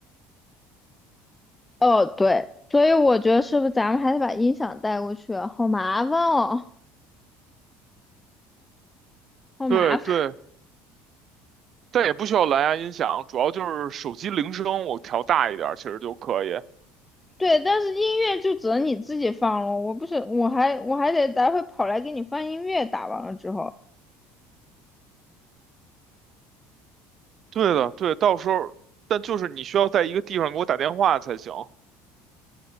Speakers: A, on the left; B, on the right.
A: 哦对，所以我觉得是不是咱们还得把音响带过去啊好麻烦哦，好麻烦。
B: 对对，但也不需要蓝牙音响，主要就是手机铃声我调大一点儿，其实就可以。
A: <laughs> 对，但是音乐就只能你自己放了，我不是，我还我还得待会跑来给你放音乐，打完了之后，
B: 对的，对，到时候，但就是你需要在一个地方给我打电话才行。